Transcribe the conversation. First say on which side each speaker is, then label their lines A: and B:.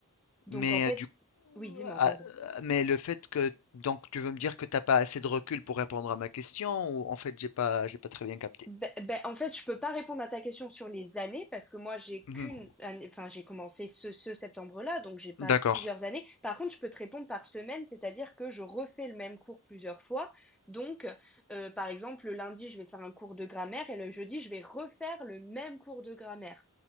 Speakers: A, in the centre; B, on the left.
A: Donc
B: mais
A: en fait,
B: euh, du coup,
A: oui, dis-moi,
B: ah,
A: pardon.
B: heu, mais le fait que donc tu veux me dire que t'as pas assez de recul pour répondre à ma question ou en fait, j'ai pas j'ai pas très bien capté?
A: Ben, ben, en fait, je peux pas répondre à ta question sur les années parce que moi, j'ai
B: Mmh
A: qu'une année, enfin, j'ai commencé ce, ce septembre-là, donc j'ai pas
B: D'accord,
A: plusieurs années. Par contre, je peux te répondre par semaine, c'est-à-dire que je refais le même cours plusieurs fois. Donc, euh, par exemple, le lundi, je vais faire un cours de grammaire et le jeudi, je vais refaire le même cours de grammaire.